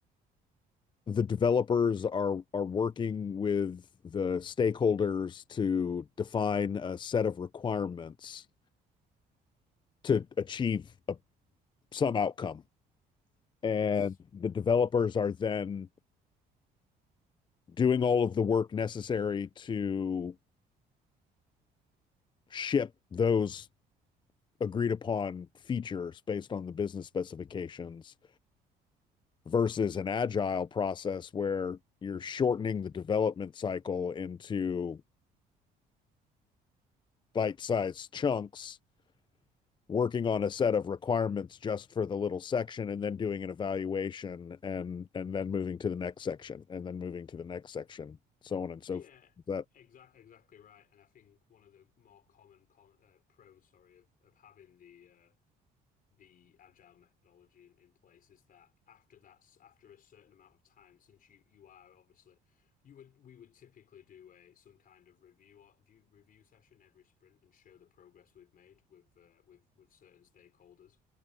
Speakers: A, on the left; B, on the left.
A: the developers are are working with the stakeholders to define a set of requirements to achieve a, some outcome. And
B: Yes.
A: the developers are then doing all of the work necessary to ship those agreed upon features based on the business specifications versus an agile process where you're shortening the development cycle into bite-sized chunks working on a set of requirements just for the little section and then doing an evaluation and and then moving to the next section and then moving to the next section so on and so
B: Yeah.
A: forth that
B: Exactly, exactly right. And I think one of the more common con uh, pros, sorry, of of having the uh, the agile methodology in, in place is that after that's after a certain amount of time since you you are obviously you would we would typically do a some kind of review or view, review session every sprint and show the progress we've made with uh, with with certain stakeholders